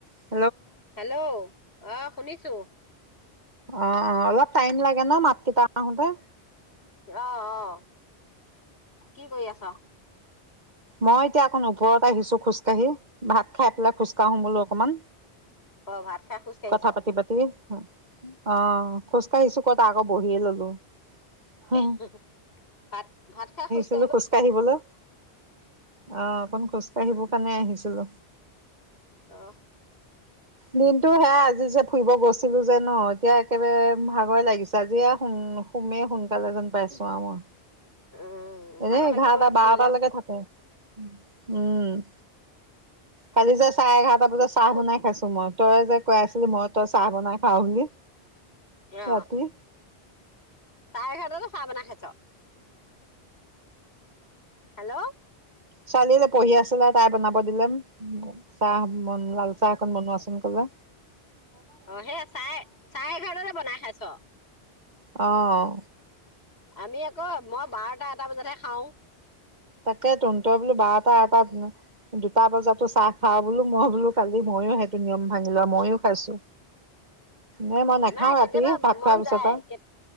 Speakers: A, on the right; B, on the left.
A: অ
B: hello অ শুনিছো
A: অ অ অলপ টাইম লাগে ন মাত। তে তাপা আহোঁতে।
B: অ অ কি কৰি আছ।
A: মই এতিয়া আকৌ ওপৰত আহিছো খোজকাঢ়ি। ভাত খাই পেলাই খোজকাঢ়োম বোলো অকণমান।
B: অ ভাত খাই খোজ কাঢ়িছ?
A: কথা পাতি পাতি অ খোজকাঢ়িছো। কত আকৌ বহিয়ে ললো। হম
B: এহো হোভাত ভাত খাই সুস্থ
A: ছিলো খোজকাঢ়িবলৈ অ অকন খোজকাাঢ়িব কাৰণে আহিছিলো।
B: আহ
A: দিনতটো সেয়া আজি যে ফুৰিব গৈছো। ছিলো যে ন এতিয়া। একেবাৰে ভাগৰে লাগিছে আজি আউ সোমেই সোনকালে যেন পাইছো মই
B: উম ভাগৰ
A: এনে এঘাৰটা
B: লাগিবই ফুৰিলে
A: বাৰটালৈকে থাকে। উম কালি যে চাৰে এঘাৰটা বজাত চাহ
B: ফু
A: বনাই খাইছো মই তই যে কৈ আছিলি মই তই চাহ বনাই খাও বুলি।
B: অ
A: ৰাতি
B: চাহ খৰতো চা বনাই খাইচ। হেল্ল'
A: ছোৱালী পঢ়ি আছিলে তাই বনাব দিলেম। চাহ মন লাল চাহ। খন বনোৱা চোন ক'বা।
B: অ সেয়া চাহ চাহ এঘাৰৰে বনাই খাইছো। ছ
A: আহঁ
B: আমি আকৌ মই বাৰটা এটা বজাতহে খাওঁ।
A: তাকে ত তই বোলো বাৰটা এটা দুটা বজাতো। চাহ খাওঁ বোলো মই বোলো কালি ময়ো সেইটো নিয়ম ভাঙি লোৱা মইো খাইছো। নে
B: অ
A: মই নাখাও
B: নাই
A: ৰাতি
B: কেতিয়াবা
A: ভাত
B: মন
A: খোৱাৰ পিছত
B: যায়
A: আও
B: কেত